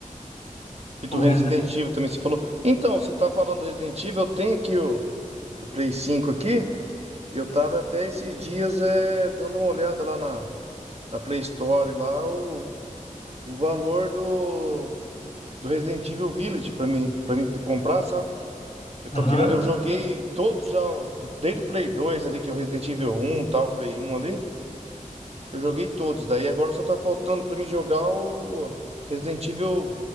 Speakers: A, on the right; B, on the left.
A: E
B: como
A: do Resident
B: Resident
A: Evil também, você falou. Então, você tá falando do Resident Evil, eu tenho aqui o, o Play 5 aqui. E eu tava até esses dias é, dando uma olhada lá na, na Play Store, lá o, o valor do, do Resident Evil Village pra mim, pra mim comprar, sabe? Eu tô
B: Evil.
A: querendo, eu joguei todos já, do- desde o Play 2 ali, que é o Resident Evil 1, tal, Play um ali, eu joguei todos. Daí agora só tá faltando pra mim jogar o Resident Evil,